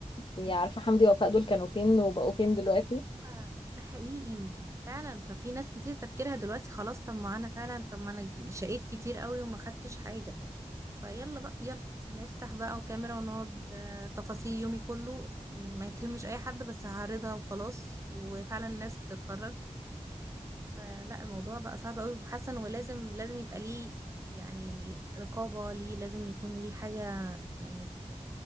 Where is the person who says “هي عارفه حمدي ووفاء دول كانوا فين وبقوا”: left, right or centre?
Left